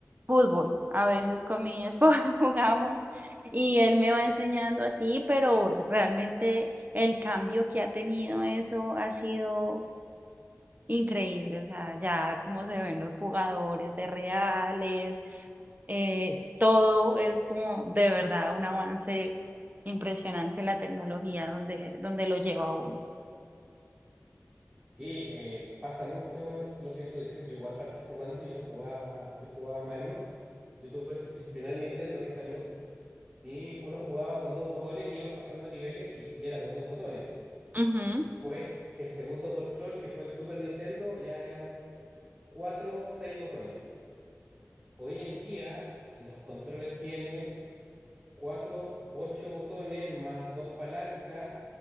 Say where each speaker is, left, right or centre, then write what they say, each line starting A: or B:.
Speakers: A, on the right; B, on the right.
A: fútbol. A veces con mi esposo <laughs> jugamos y él me va enseñando así, pero realmente el cambio que ha tenido eso ha sido increíble. O sea, ya como se ven los jugadores de reales eh, todo es como de verdad un avance impresionante la tecnología donde, donde lo lleva a uno.
B: sí, eh, pasa mucho lo, lo que tú dices. Yo igual partí jugando y no jugaba, yo jugaba Mario. Yo tuve el el primer Nintendo que salió y uno jugaba con dos botones y ibas pasando niveles y, y era con dos botones.
A: Ujú.
B: Después, el segundo control, que fue el Super Nintendo, ya eran cuatro o seis botones. Hoy en día, los controles tienen cuatro, ocho botones, más dos palancas,